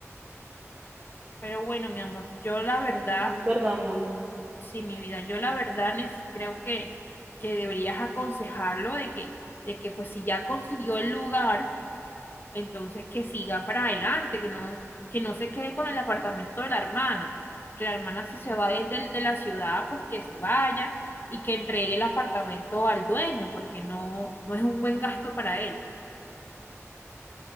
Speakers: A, on the left; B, on the right.
A: Pero bueno, mi amor, yo la verdad,
B: eso sí es verdad, mi amor.
A: sí, mi vida, yo la verdad nes- creo que, que deberías aconsejarlo de que, de que pues si ya consiguió el lugar, Entonces, que siga para adelante, que no, que no se quede con el apartamento de la hermana. Que la hermana, si se va de, de- de la ciudad, pues que se vaya y que entregue el apartamento al dueño, porque no, no es un buen gasto para él.